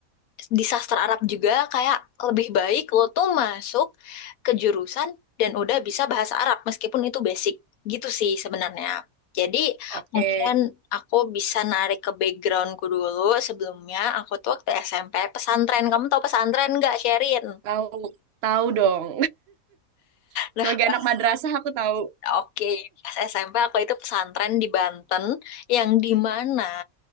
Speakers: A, on the left; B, on the right.
A: di sastra Arab juga kayak lebih baik lo tuh masuk ke jurusan dan udah bisa bahasa Arab meskipun itu basic gitu sih sebenarnya. Jadi
B: oke
A: mungkin aku bisa narik ke backgroundku dulu sebelumnya aku tuh waktu SMP pesantren kamu tahu pesantren nggak Sherin?
B: tahu tahu dong <laughs>
A: Nah
B: sebagai
A: pas
B: anak madrasah aku tahu
A: Oke, pas SMP aku itu pesantren di Banten yang di mana